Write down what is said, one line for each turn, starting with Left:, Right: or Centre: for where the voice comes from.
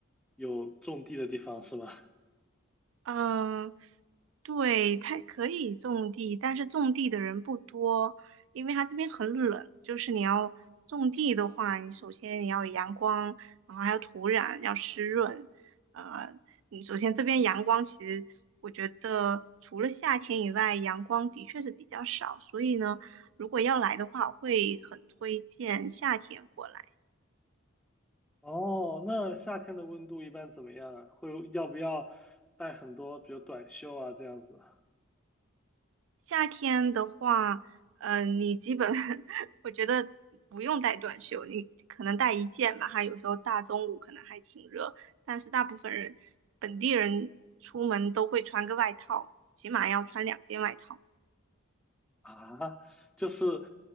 Centre: 有种地的地方是吗？
Right: 嗯，对，它可以种地，但是种地的人不多，因为它这边很冷。就是你要种地的话，你首先你要有阳光，然后还有土壤要湿润。呃，你首先这边阳光其实我觉得除了夏天以外，阳光的确是比较少，所以呢，如果要来的话，我会很推荐夏天过来。
Centre: 哦，那夏天的温度一般怎么样啊？会要不要带很多，比如短袖啊这样子？
Right: 夏天的话，嗯，你基本 <laughs> 我觉得不用带短袖，你可能带一件吧，还有时候大中午可能还挺热，但是大部分人本地人出门都会穿个外套，起码要穿两件外套。
Centre: 啊，就是